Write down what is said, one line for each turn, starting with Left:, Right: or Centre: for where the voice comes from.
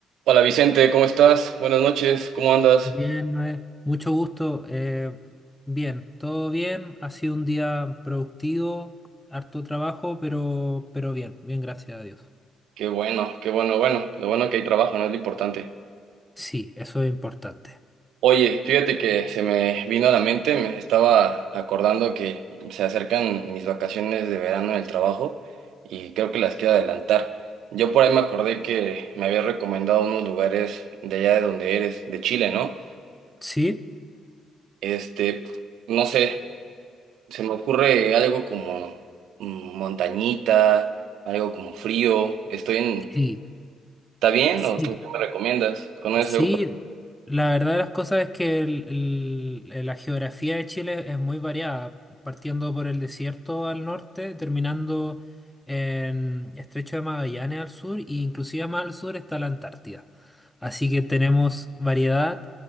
Right: Hola Vicente, ¿cómo estás? Buenas noches, ¿cómo andas?
Centre: Bien, Noé. Mucho gusto. Eh, bien, todo bien. Ha sido un día productivo, harto trabajo, pero, pero bien, bien, gracias a Dios.
Right: Qué bueno, qué bueno, bueno, lo bueno que hay trabajo, ¿no? Es lo importante.
Centre: Sí, eso es importante.
Right: Oye, fíjate que se me vino a la mente, me estaba acordando que se acercan mis vacaciones de verano en el trabajo y creo que las quiero adelantar. Yo por ahí me acordé que me habías recomendado unos lugares de allá de donde eres, de Chile, ¿no?
Centre: ¿Sí?
Right: Este, no sé, se me ocurre algo como mm, montañita, algo como frío, estoy en...
Centre: Sí,
Right: ¿Está bien?
Centre: sí.
Right: ¿O tú qué me recomiendas? ¿Conoces
Centre: Sí,
Right: algo? por-
Centre: la verdad de las cosas es que el- el- eh, la geografía de Chile es muy variada, partiendo por el desierto al norte, terminando en Estrecho de Magallanes al sur, e inclusive más al sur está la Antártida. Así que tenemos variedad.